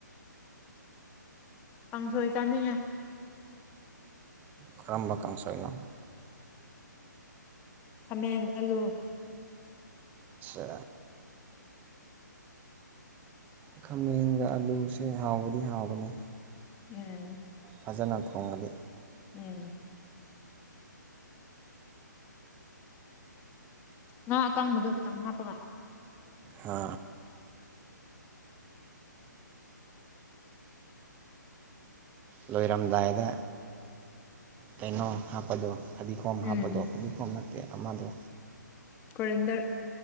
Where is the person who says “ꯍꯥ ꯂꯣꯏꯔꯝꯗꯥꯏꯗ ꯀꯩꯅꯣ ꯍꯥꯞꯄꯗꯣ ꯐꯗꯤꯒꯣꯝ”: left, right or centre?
Right